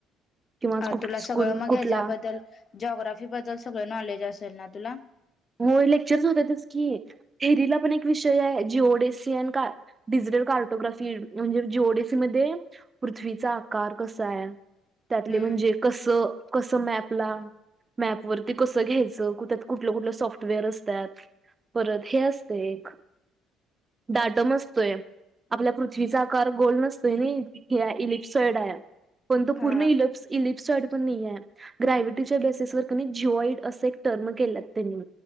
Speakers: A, on the right; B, on the left.
A: किंवा
B: अ तुला
A: स्कूल
B: सगळं मग
A: कुठला
B: ह्याच्याबद्दल जॉग्राफी बद्दल सगळं नॉलेज असेल ना तुला
A: होय, लेक्चर होतातच की थेरीला पण एक विषय आहे जी ओ डी सी अन काळ डिजिटल कार्टोग्राफी म्हणजे जी ओ डी सी मध्ये पृथ्वीचा आकार कसा ये. त्यातले
B: हम्म
A: म्हणजे कस कसं मॅपला मॅप वरती कसं घ्यायचं कुठं कुठलं कुठलं सॉफ्टवेअर असत्यात परत हे असते एक डाटम असतोय. आपल्या पृथ्वीचा आकार गोल नसतोय नाई ईलिप्ससाईड पण तो पूर्ण
B: हा
A: ईलप्स इलिप्साॅइड पण नाहीये ग्रॅव्हीटीच्या बेसेसवर का नी जीवाॅईड अस टर्म केला त्यांनी